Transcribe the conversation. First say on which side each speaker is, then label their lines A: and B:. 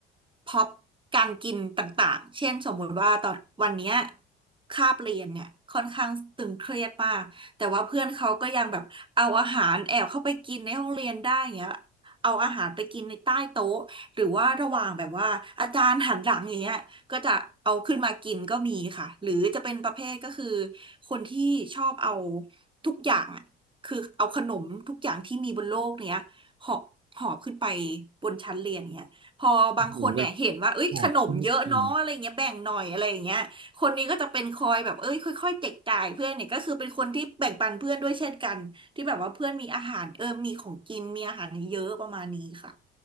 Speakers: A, on the right; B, on the right.
A: พ็อปการกินต่างๆเช่นสมมุติว่าตอนวันเนี้ยคาบเรียนเนี่ยค่อนข้างตึงเครียดมากแต่ว่าเพื่อนเขาก็ยังแบบเอาอาหารแอบเข้าไปกินในห้องเรียนได้อย่างเงี้ยเอาอาหารไปกินในใต้โต๊ะหรือว่าระหว่างแบบว่าอาจารย์หันหลังอย่างเงี้ย ก็จะเอาขึ้นมากินก็มีค่ะหรือจะเป็นประเภทก็คือคนที่ชอบเอาทุกอย่างอะคือเอาขนมทุกอย่างที่มีบนโลกเนี้ยหอบหอบขึ้นไปบนชั้นเรียนเนี้ยพอบางคนเนี่ยเห็นว่าเอ้ยขนมเยอะเนาะอะไรเงี้ยแบ่งหน่อยอะไรอย่างเงี้ยคนนี้ก็จะเป็นคอยแบบเอ้ยค่อยๆแจกจ่ายเพื่อนเนี่ยก็คือเป็นคนที่แบ่งปันเพื่อนด้วยเช่นกันที่แบบว่าเพื่อนมีอาหารเออมีของกินมีอาหารเยอะประมาณนี้ค่ะ
B: โอ้โหแบบ หอบขึ้นไปกิน